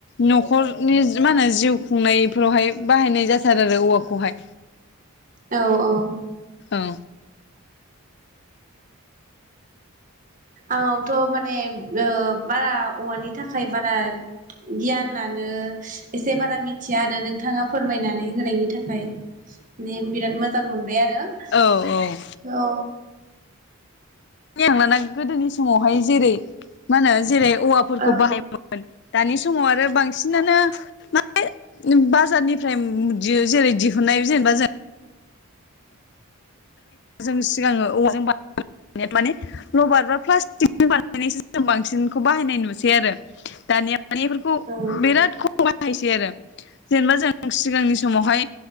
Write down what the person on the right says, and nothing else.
औ औ
औ थ' माने ओ बारा औवानि थाखाय बारा गियानानो एसे बारा मिथिया आरो नोंथाङा फोर फोरमायनानै होनायनि थाखाय माने बिराद मोजां मोनबाय आरो। नो
औ
औ
औ